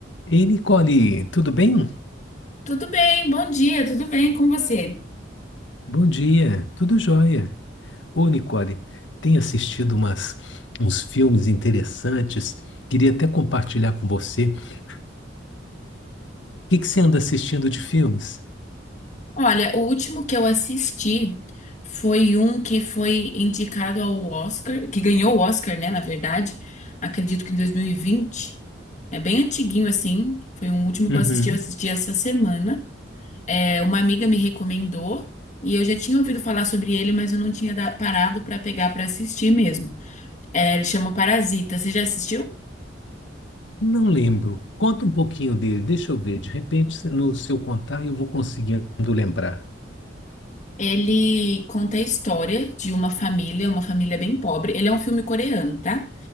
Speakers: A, on the left; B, on the left.
A: Ei, Nicole, tudo bem?
B: Tudo bem, bom dia, tudo bem com você?
A: Bom dia, tudo jóia. Ô, Nicole, tenho assistido umas, uns filmes interessantes, queria até compartilhar com você. O que que você anda assistindo de filmes?
B: Olha, o último que eu assisti foi um que foi indicado ao Oscar, que ganhou o Oscar, né, na verdade, acredito que em 2020. É bem antiguinho assim, foi um último que
A: Uhum.
B: eu assisti, eu assisti essa semana. É, uma amiga me recomendou e eu já tinha ouvido falar sobre ele, mas eu não tinha da- parado pra pegar pra assistir mesmo. É, ele chama Parasita, você já assistiu?
A: Não lembro. Conta um pouquinho dele, deixa eu ver. De repente, se- no seu contar, eu vou conseguindo lembrar.
B: Ele conta a história de uma família, uma família bem pobre. Ele é um filme coreano, tá?